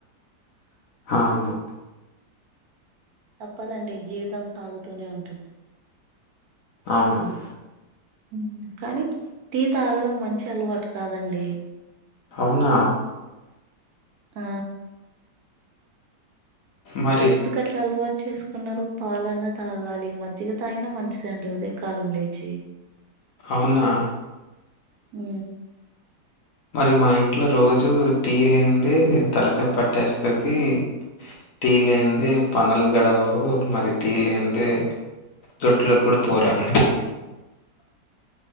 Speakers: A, on the left; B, on the right.
A: అవును
B: తప్పదండి జీవితం సాగుతూనే ఉంటుంది
A: అవును
B: మ్ కానీ టీ తాగడం మంచి అలవాటు కాదండి
A: అవునా
B: ఆ
A: మరి
B: మీరు ఎందుకు అట్లా అలవాటు చేసుకున్నారు పాలన్న తాగాలి మజ్జిగ తాగిన మంచిదండి ఉదేయ కాలం లేచి
A: అవునా
B: మ్
A: మరి మా ఇంట్లో రోజు టీ లేందే తలకాయ పట్టేస్తది టీ లేంది పన్నలు గడవవు మరి టీ లేందే దొడ్లో కి కూడా పోరన్నమా